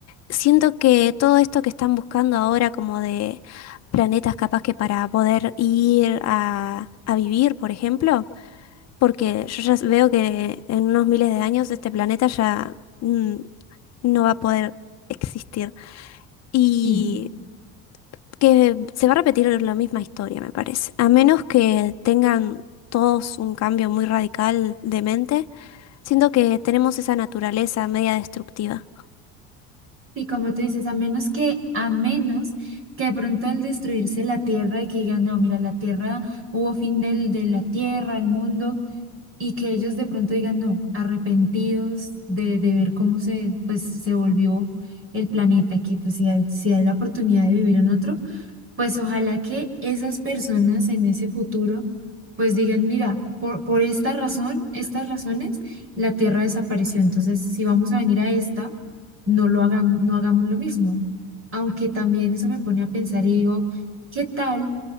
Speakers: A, on the left; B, on the right.
A: siento que todo esto que están buscando ahora, como de planetas capaz que para poder ir a, a vivir, por ejemplo, porque yo ya veo que en unos miles de años este planeta ya mm, no va a poder existir. Y
B: sí,
A: que se va a repetir la misma historia, me parece. A menos que tengan todos un cambio muy radical de mente, siento que tenemos esa naturaleza media destructiva.
B: sí, como tú dices, a menos que, a menos que de pronto al destruirse la tierra y que digan, no, mira, la tierra, hubo fin del, de la tierra, el mundo. y que ellos de pronto digan, no, arrepentidos de, de ver cómo se, pues, se volvió el planeta, que pues si hay, si hay la oportunidad de vivir en otro, pues ojalá que esas personas en ese futuro pues digan, mira, por, por esta razón, estas razones, la Tierra desapareció, entonces si vamos a venir a esta, no lo hagamos, no hagamos lo mismo. Aunque también eso me pone a pensar y digo, ¿qué tal?